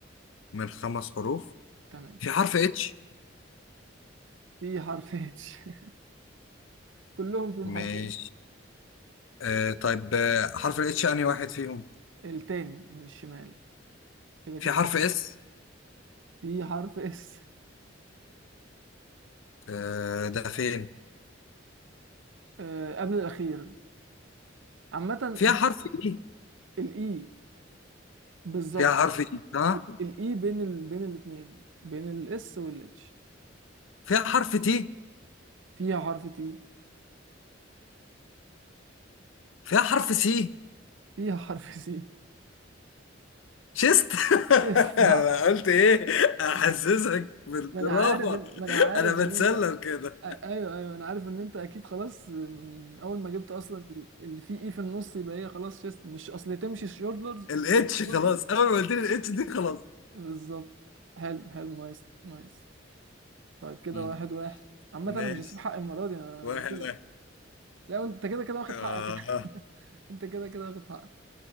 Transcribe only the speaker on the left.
من خمس حروف
في حرف اتش
ماشي
آه طيب آه حرف الاتش انهي واحد فيهم
في
حرف
اس
آه ده فين
فيها حرف اي
فيها حرف اي ها
فيها حرف تي
فيها حرف سي
شست <laughs>
انا
قلت ايه احسسك بالدرافة
انا بتسلم
كده
الاتش
خلاص
اول ما قلت لي الاتش دي خلاص
مم.
ماشي
واحد
واحد
آه.